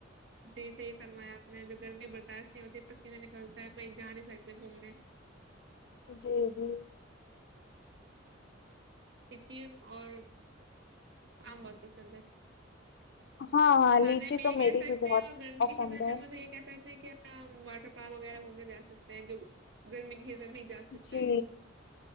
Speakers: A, on the right; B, on the left.
A: جی صحیح فرمایا آپ نے جو گرمی برداشت نہیں ہوتی پسینے نکلتے ہے کہیں جا نہیں سکتے گھومنے
B: جی جی
A: جی اور آم بہت پسند ہے
B: ہاں ہاں
A: کھانے
B: لیچی
A: میں
B: تو
A: یہ
B: میری
A: کہ سکتے
B: بھی بہت
A: ہیں اور گرمی
B: پسند
A: کے سیزن میں
B: ہے
A: مجھے یہ کہ سکتے ہیں کیا واٹر پارک وغیرہ گھومنے جا سکتے ہیں جو گرمی کی سیزن میں جا سکتے
B: جی
A: ہیں